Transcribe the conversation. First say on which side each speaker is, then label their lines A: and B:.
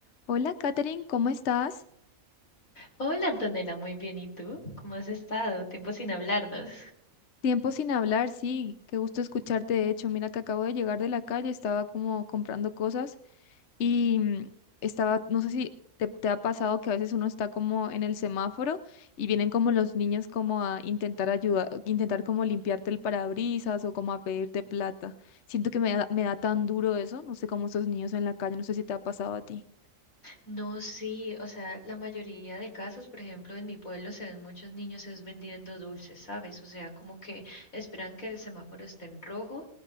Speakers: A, on the left (about 65°); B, on the left (about 80°).
A: Hola, Katherine, ¿cómo estás?
B: Hola Antonella, muy bien. ¿Y tú? ¿Cómo has estado? Tiempo sin hablarnos.
A: Tiempo sin hablar, sí, qué gusto escucharte. De hecho, mira que acabo de llegar de la calle, estaba como comprando cosas y mm, estaba, no sé si te, te ha pasado que a veces uno está como en el semáforo y vienen como los niños como a intentar ayudar, intentar como limpiarte el parabrisas o como a pedirte plata. Siento que me da, me da tan duro eso, no sé cómo esos niños en la calle, no sé si te ha pasado a ti.
B: No, sí, o sea, la mayoría de casos, por ejemplo, en mi pueblo se ven muchos niños es vendiendo dulces, ¿sabes? O sea, como que esperan que el semáforo esté en rojo